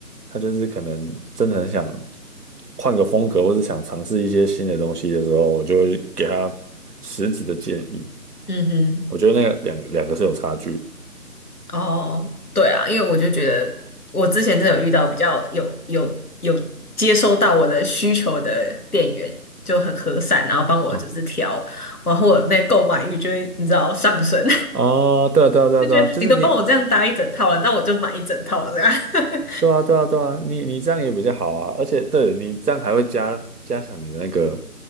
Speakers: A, on the right; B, on the left.
A: 他就是可能真的很想换个风格，或是想尝试一些新的东西的时候，我就会给他实质的建议。
B: 嗯哼，
A: 我觉得那个两两个是有差距
B: 哦，对啊，因为我就觉得我之前真的有遇到比较有有有接收到我的需求的店员就很和善，然后帮我就是挑，
A: 啊
B: 然后我那购买欲就会你知道上升，
A: 啊，哦对啊，
B: <laughs>
A: 对啊，对啊，
B: 就觉得你都帮我这样搭一整套了，
A: 对啊，就是你
B: 那我就买一整套这样。<laughs>
A: 对啊，对啊，对啊，你你这样也比较好啊，而且对你这样还会加加强你的那个